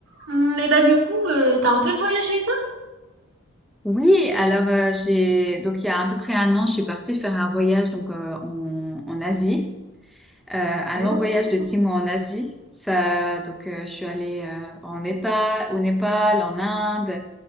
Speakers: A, on the right; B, in the centre.
A: Mais bah du coup, euh, t'as un peu voyagé toi?
B: Oui, alors euh, j'ai donc il y a à peu près un an, je suis partie faire un voyage donc euh, en, en Asie, euh, un
A: Oh,
B: long voyage de six mois en Asie. Ça, donc euh, je suis allée euh, en Népal, au Népal, en Inde,